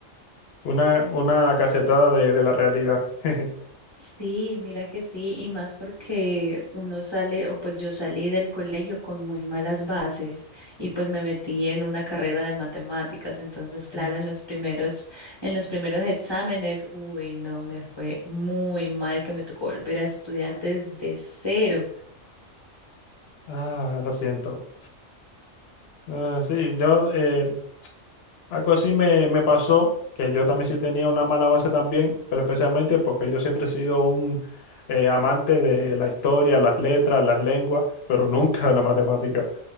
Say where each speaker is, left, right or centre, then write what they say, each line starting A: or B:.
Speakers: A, on the left (about 55°); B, on the left (about 25°).
A: Una, una cachetada de, de la realidad. <laughs>
B: Sí, mira que sí, y más porque uno sale, o pues yo salí del colegio con muy malas bases y pues me metí en una carrera de matemáticas, entonces claro,
A: oh,
B: en los primeros, en los primeros exámenes, uy, no, me fue muy mal que me tocó volver a estudiar desde cero.
A: Ah, lo siento. Ah, sí, yo eh, Algo así me, me pasó, que yo también sí tenía una mala base también, pero especialmente porque yo siempre he sido un eh, amante de la historia, las letras, las lenguas, pero nunca de la matemática.